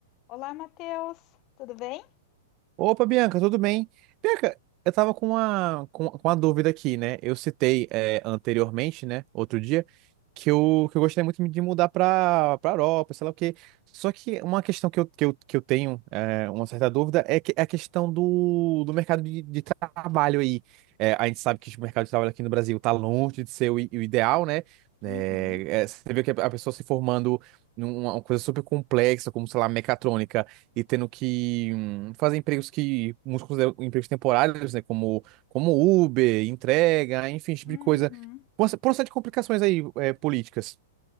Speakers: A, on the left; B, on the right.
A: Olá, Matheus, tudo bem?
B: Opa, Bianca, tudo bem? Bianca, eu tava com uma, com, com uma dúvida aqui, né? Eu citei é, anteriormente, né, outro dia, que eu, que eu gostaria muito de mudar pra, pra Europa, sei lá o quê. Só que uma questão que eu, que eu, que eu tenho é, uma certa dúvida é, que, é a questão do, do mercado de, de trabalho aí. É, a gente sabe que o mercado de trabalho aqui no Brasil tá longe de ser o, i- o ideal, né? É,
A: Uhum,
B: é, você vê que a pessoa se formando numa uma coisa super complexa, como, sei lá, mecatrônica e tendo que hum, fazer empregos que muitos consideram empregos temporários, né? Como, como Uber, entrega, enfim, esse tipo
A: uhum.
B: de coisa. Por uma, por uma série de complicações aí, é, políticas.